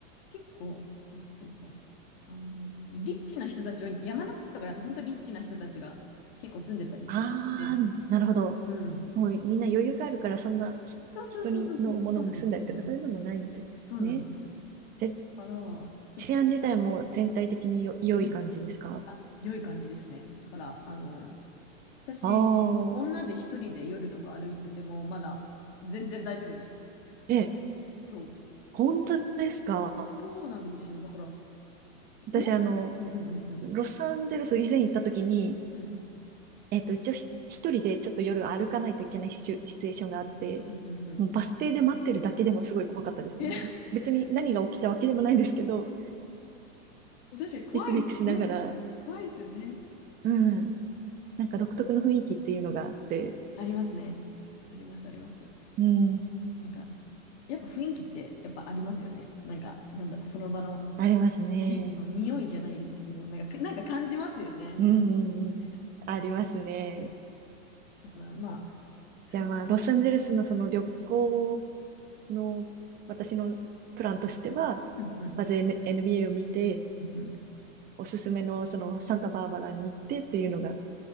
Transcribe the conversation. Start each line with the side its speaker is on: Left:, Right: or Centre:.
Left: 結構、なんていうのかな、あの、リッチな人たち多いんです。山の方とかだと本当リッチな人たちが結構住んでたりするので。
Right: ああ、なるほど。
Left: うん。
Right: もうみんな余裕があるから、そんなひ人にのものを盗んだりとかそういうのもないんですね。
Left: そうそうそうそうそう、そうなんです。うんそうなんですよ。だ
Right: ぜ、
Left: から、ちょっと、
Right: 治安自体も全体的によ、良い感じですか
Left: うんあ、良い感じですね。だから、あの、私、
Right: ああ、
Left: 女で一人で夜とか歩いてても、まだ全然大丈夫でした。
Right: ええ、
Left: そう。
Right: 本当ですか
Left: そうなんですよ。だから、いもっ、
Right: 私あの、
Left: うんうんうんうん。
Right: ロサンゼルス以前行った時に、
Left: うん
Right: えっと、一応ひ一人でちょっと夜歩かないといけないシチュ、シチュエーションがあって、
Left: うんうんうん。
Right: もうバス停で待ってるだけでもすごい怖かったですよね。
Left: え、
Right: 別に何が起きたわけでもないんですけど、
Left: <laughs> 確かに怖いですよね。
Right: ビクビクしながら、
Left: 怖いですよね。
Right: うん、なんか独特の雰囲気っていうのがあって、
Left: ありますね。ありますあります。
Right: うん、
Left: なんか、やっぱ雰囲気ってやっぱありますよね。なんか、なんだろう、その場の
Right: ありますね。
Left: 地域の匂いじゃないですけど、なんか、なんか感じますよね。
Right: うん、
Left: そ
Right: うん、うん、
Left: うね。
Right: ありますね。
Left: うん、だから、まあ、そう、
Right: じゃあまあ、ロサンゼルスのその旅行の私のプランとしては、
Left: うんうん、
Right: まず N- NBA を見て、
Left: うんうん。
Right: おすすめのそのサンタバーバラに行ってっていうのが